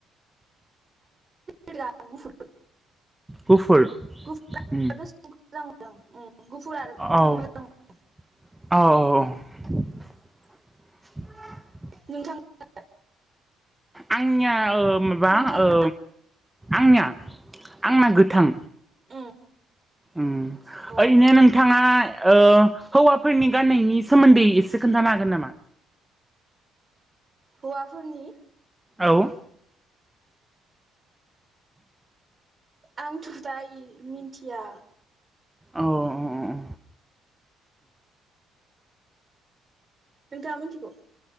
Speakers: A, on the right (about 30°); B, in the centre.
A: निला आरो गुफुर
B: गुफुर
A: गुफुर
B: उम
A: आरो गोसोमखौ मोजां मोनो आं ओम गुफुर आरो
B: औ
A: गोसोमखौ मोजां मोनो।
B: औ औ औ
A: नोंथां आलाय।
B: आंनिया? ओ माबा
A: नोंथांना
B: ओ आंनिया आंना गोथां।
A: उम
B: ओम
A: अ
B: ओरैनो नोंथाङा ओ हौवाफोरनि गान्नायनि सोमोन्दै एसे खोन्थानो हागोन नामा?
A: हौवाफोरनि
B: औ
A: आंथ' दायो मिन्थिया।
B: औ औ
A: नोंथाङा मिथिगौ?